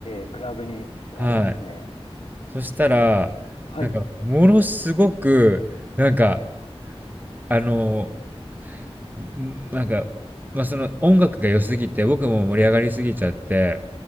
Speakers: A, on the left; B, on the right.
A: えクラブに。わ、
B: はい。
A: いいっすね。
B: そしたら、
A: はい。
B: なんか、ものすごく、なんか、あの、んなんか、まあその音楽が良すぎて、僕も盛り上がりすぎちゃって、